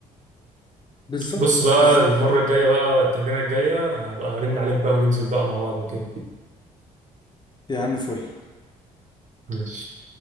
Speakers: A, on the left; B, on the right.
A: بالظبط
B: بص بقى
A: بالظبط
B: المرة الجاية بقى التمرينة الجاية هبقى ارن عليك بقى وننزل بقى مع بعض وكده
A: يا عم فل
B: ماشي